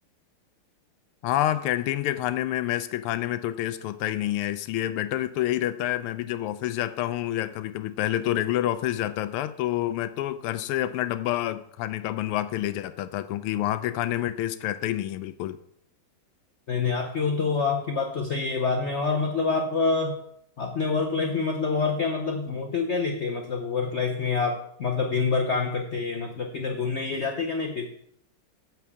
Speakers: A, on the left; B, on the left.
A: हाँ कैंटीन के खाने में मेस के खाने में तो टेस्ट होता ही नहीं है इसलिए बेटर तो यही रहता है मैं भी जब ऑफिस जाता हूँ या कभी कभी पहले तो रेगुलर ऑफिस जाता था तो मैं तो घर से अपना डब्बा खाने का बनवा के ले जाता था क्योंकि वहाँ के खाने में टेस्ट रहता ही नहीं है बिल्कुल
B: नहीं नहीं आपकी वो तो आपकी बात तो सही है बाद में और मतलब आप अ, अपने वर्क लाइफ में मतलब और क्या मतलब मोटिव क्या लेते हैं मतलब वर्क लाइफ में आप मतलब दिन भर काम करते हैं मतलब किधर घूमने ये जाते क्या नहीं फिर